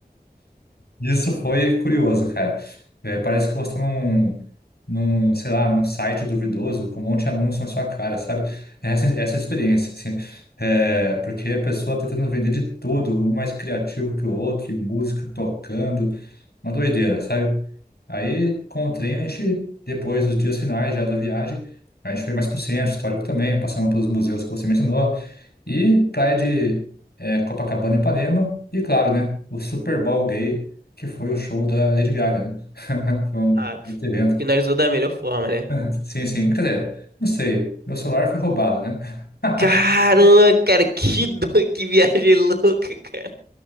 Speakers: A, on the left; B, on the right.
A: Isso foi curioso, cara. É, parece que você tá num, num, sei lá, num site duvidoso com um monte de anúncio na sua cara, sabe? É Essa, é essa experiência, assim. É, porque a pessoa tentando vender de tudo, um mais criativo que o outro, e música tocando. uma doideira, sabe? Aí, com o trem, a gente, depois, nos dias finais já da viagem, a gente foi mais pro centro histórico também, passamos pelos museus que você mencionou, e praia de eh, Copacabana e Ipanema, e claro, né, o Super Bowl gay, que foi o show da Lady Gaga, né? <laughs> Foi um
B: Ah,
A: outro evento.
B: finalizou da melhor forma, né?
A: <laughs> Sim, sim, quer dizer, não sei, meu celular foi roubado, né? <laughs>
B: Caramba, cara, que, do... que viagem <laughs> louca, cara.